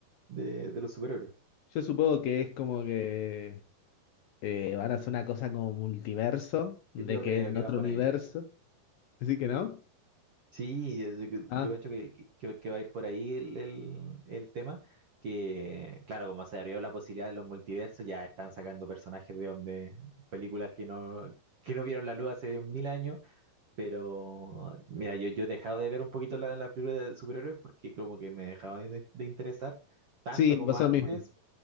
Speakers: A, on the right; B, on the left.
A: de, de los superhéroes.
B: Yo supongo que es como que eh, van a hacer una cosa como multiverso, de
A: Yo
B: que
A: creo
B: en
A: que
B: otro
A: va por
B: universo.
A: ahí.
B: Así que no.
A: Sí, yo, yo-
B: Ah,
A: yo creo que, que, que va a ir por ahí el, el, el tema, que claro, como se abrió la posibilidad de los multiversos, ya están sacando personajes de donde películas que no, que no vieron la luz hace mil años Pero, mira, yo, yo he dejado de ver un poquito la- las películas de superhéroes porque como que me dejaban de, de interesar tanto
B: sí,
A: como
B: me pasó
A: antes.
B: lo mismo.